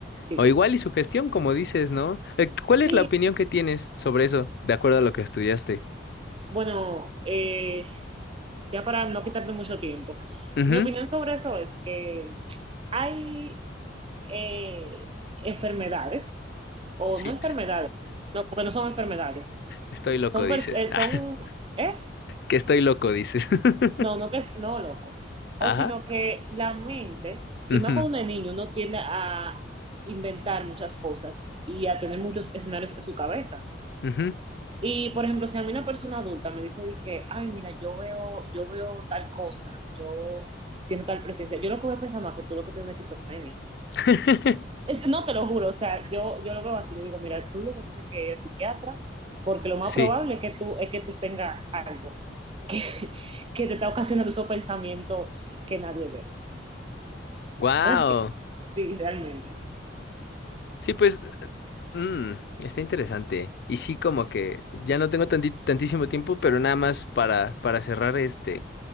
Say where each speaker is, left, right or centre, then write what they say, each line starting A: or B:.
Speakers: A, on the right; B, on the left.
A: Sí.
B: O igual y su gestión, como dices, ¿no? Eh, ¿Cuál es
A: Sí,
B: la opinión que tienes sobre eso, de acuerdo a lo que estudiaste?
A: bueno, eh, ya para no quitarte mucho tiempo,
B: Ujú,
A: mi opinión sobre eso es que hay eh, enfermedades, o
B: Sí,
A: no enfermedades, no, porque no son enfermedades,
B: estoy loco,
A: son,
B: dices.
A: pers- eh,
B: <laughs>
A: son, ¿eh?
B: Que estoy loco, dices. <laughs>
A: No, no que es- no, loco. O
B: Ajá.
A: sino que la mente, y
B: Ujú,
A: más cuando uno es niño, uno tiende a inventar muchas cosas y a tener muchos escenarios en su cabeza.
B: ujú.
A: Y por ejemplo, si a mí una persona adulta me dice de que, ay, mira, yo veo, yo veo tal cosa, yo siento tal presencia, yo lo que voy a pensar más que tú lo que tienes es esquizofrenia.
B: <laughs>
A: Es- no te lo juro, o sea, yo, yo lo veo así, le digo, mira, tú lo que tienes que ir al psiquiatra, porque lo más
B: Sí.
A: probable es que tú, es que tú tengas algo <laughs> que, que te está ocasionando esos pensamientos que nadie ve.
B: Wow.
A: ¿No entiendes? Sí, realmente.
B: Sí, pues, mm, está interesante. Y sí, como que ya no tengo tanti- tantísimo tiempo, pero nada más para, para cerrar este.